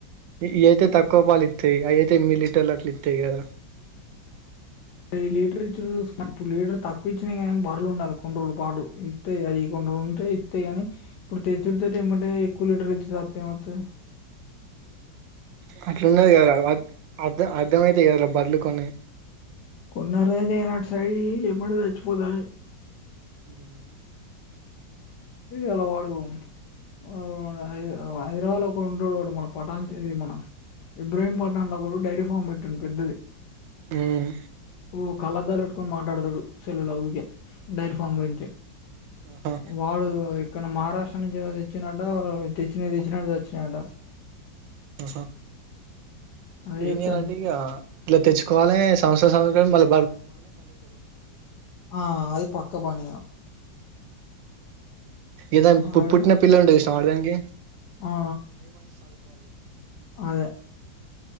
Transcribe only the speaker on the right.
ఇ అయితే తక్కువ పాల ఇత్తయ్ వి అయి అయితే ఎనిమిది లీటర్ల అట్ల్ ఇస్ త్తయగ
అట్లుండది కదా అర్ అర్ద్ అర్థమైతాయి కదా రా బర్లు కొన్ని
హ్మ్మ్
ఉమ్
ఆహ
ఆహా
ఏం
చేయాలంటే ఇగ ఇట్లా తెచ్చుకోవాలి సంవత్సర సంవ రం మల
ఏదా పుట్
పుట్టిన పిల్లలుంటే చూసినవ అర్ధంగే